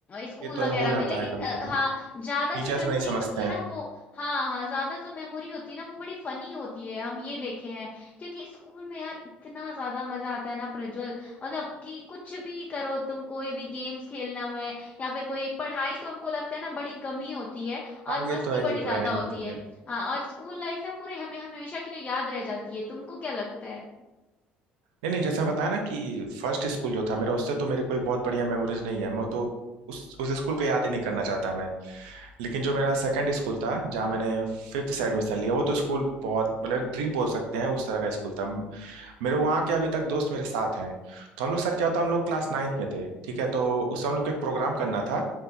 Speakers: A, on the left; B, on the right.
A: स्कूल
B: ये तो है
A: वगैरह
B: हो जाता
A: में लेकिन
B: है कभी
A: अ,
B: कभी
A: हाँ ज्यादा
B: टीचर्स
A: जो मेमोरी
B: भी नहीं समझते
A: होती है
B: हैं
A: ना वो हाँ हाँ ज्यादा जो मेमोरी होती है ना वो बड़ी फनी होती है हम ये देखे हैं क्योंकि स्कूल में यार इतना ज्यादा मजा आता है ना प्रज्वल मतलब कि कुछ भी करो तुम कोई भी गेम्स खेलना में या फिर कोई पढ़ाई तो हमको लगता है ना बड़ी कमी होती है और
B: हाँ ये
A: मस्ती
B: तो है
A: बड़ी
B: ये तो
A: ज्यादा
B: है नहीं
A: होती
B: होती
A: है
B: है
A: हाँ और स्कूल लाइफ ना पूरे हमें हमेशा के लिए याद रह जाती है तुमको क्या लगता है
B: नहीं नहीं जैसा बताया ना कि फर्स्ट स्कूल जो था मेरा उससे तो मेरे कोई बहुत बढ़िया मेमोरीज नहीं है मैं तो उस उस स्कूल को याद ही नहीं करना चाहता मैं लेकिन जो मेरा सेकंड स्कूल था जहाँ मैंने फिफ्थ से एडमिशन लिया वो तो स्कूल बहुत मतलब एक ड्रीम बोल सकते हैं उस तरह का स्कूल था म- मेरे वहाँ के अभी तक दोस्त मेरे साथ हैं तो हम लोग के साथ क्या होता हम लोग क्लास नाइन्थ में थे ठीक है तो उस समय हम लोग को एक प्रोग्राम करना था